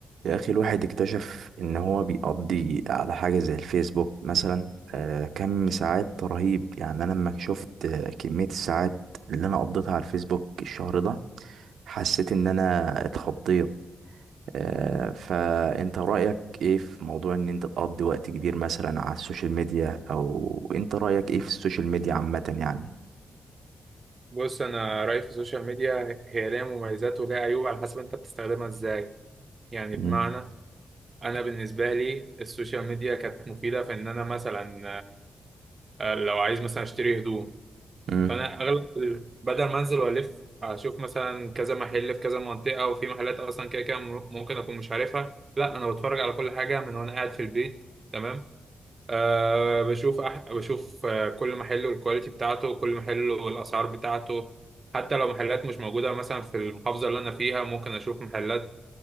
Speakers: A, on the right (about 80°); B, on the right (about 30°).
A: يا أخي الواحد اكتشف إن هو بيقضي على حاجة زي الفيسبوك مثلا آه كم ساعات رهيب يعني أنا لما شفت آه، كمية الساعات اللي أنا قضيتها على الفيسبوك الشهر ده حسيت إن أنا اتخضيت آه فأنت رأيك إيه في موضوع إن أنت تقضي وقت كبير مثلا على السوشيال ميديا أو أنت رأيك إيه في السوشيال ميديا عامة يعني؟
B: بص انا رايي في السوشيال ميديا هي ليها مميزات وليها عيوب على حسب انت بتستخدمها ازاي يعني
A: مم.
B: بمعنى انا بالنسبه لي السوشيال ميديا كانت مفيده في ان انا مثلا آه، لو عايز مثلا اشتري هدوم
A: مم.
B: فانا اغلب ال- بدل ما انزل والف اشوف مثلا كذا محل في كذا منطقه وفي محلات اصلا كده كده ممكن اكون مش عارفها لا انا بتفرج على كل حاجه من وانا قاعد في البيت تمام أه بشوف أح... بشوف آه، كل محل والكواليتي بتاعته وكل محل والأسعار بتاعته حتى لو محلات مش موجودة مثلا في المحافظة اللي أنا فيها ممكن أشوف محلات